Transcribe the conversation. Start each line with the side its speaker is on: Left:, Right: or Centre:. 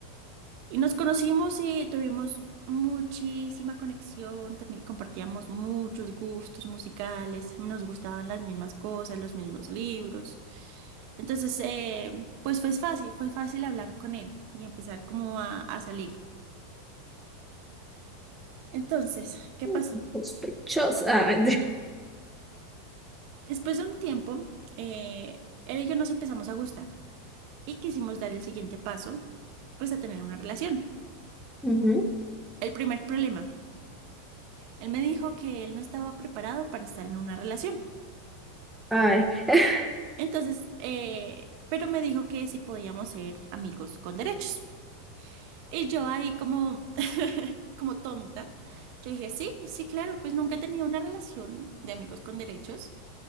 Right: Y nos conocimos y tuvimos muchísima conexión, teni- compartíamos muchos gustos musicales, nos gustaban las mismas cosas, los mismos libros. Entonces, eh, pues fue fácil, fue fácil hablar con él y empezar como a, a salir. Entonces, ¿qué
Centre: Mm,
Right: pasó?
Centre: Sospechosa. Ah,
Right: Después de un tiempo, eh, él y yo nos empezamos a gustar y quisimos dar el siguiente paso, pues a tener una relación.
Centre: <laughs> Ujú,
Right: El primer problema, él me dijo que él no estaba preparado para estar en una relación.
Centre: Ay. <laughs>
Right: Entonces, eh, pero me dijo que si podíamos ser amigos con derechos. Y yo ahí como, <laughs> como tonta, yo dije, sí, sí, claro, pues nunca he tenido una relación de amigos con derechos.